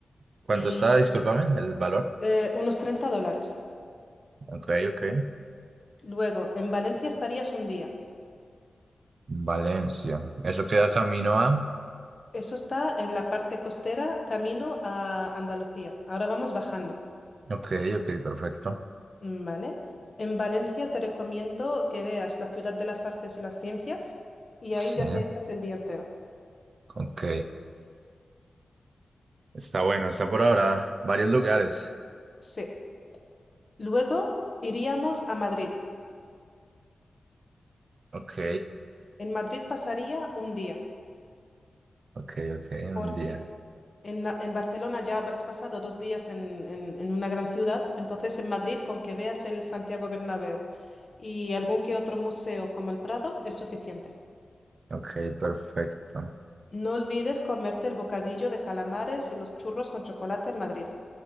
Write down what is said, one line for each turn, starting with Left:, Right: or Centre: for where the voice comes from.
Right: ¿Cuánto
Left: Y
Right: está? Discúlpame, el valor.
Left: Eh, unos 30 dólares.
Right: Ok, ok.
Left: Luego, en Valencia estarías un día.
Right: Valencia. Eso queda camino a.
Left: Eso está en la parte costera, camino a Andalucía. Ahora vamos bajando,
Right: Ok, ok, perfecto.
Left: mm, ¿vale? En Valencia te recomiendo que veas la ciudad de las artes y las ciencias y
Right: Sí,
Left: ahí ya te echas el día entero.
Right: ok. Está bueno, está por ahora. Varios lugares.
Left: Sí. Luego iríamos a Madrid.
Right: Ok,
Left: En Madrid pasaría un día.
Right: ok, ok,
Left: ¿Por
Right: un día.
Left: qué? En, la- en Barcelona ya habrás pasado dos días en, en- en una gran ciudad, entonces en Madrid con que veas el Santiago Bernabéu y algún que otro museo como el Prado es suficiente.
Right: Ok, perfecto.
Left: No olvides comerte el bocadillo de calamares y los churros con chocolate en Madrid.